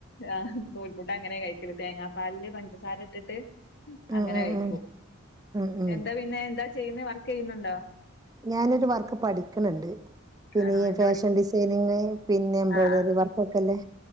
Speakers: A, on the left; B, on the right.
A: ആഹ് നൂൽ അങ്ങനെ കഴിക്ക്ണ് തേങ്ങാപ്പാലില് പഞ്ചസാര ഇട്ടിട്ട് അങ്ങനെ
B: ഉം ഉം
A: കഴിക്കും
B: ഉം ഉം ഉം
A: എന്താ പിന്നെ എന്താ ചെയ്യുന്നെ വർക്ക്യ്യുന്നുണ്ടോ?
B: ഞാനൊരു വർക്ക് പഠിക്ക്ണ് ണ്ട് പിന്നെഈ
A: ആണോ എന്താ
B: ഫാഷൻ
A: പഠി
B: ഡിസൈനിങ് പിന്നെ എംബ്രോയ്ഡറി
A: ആഹ് ആഹ്
B: വർക്കൊക്കെല്ലേ.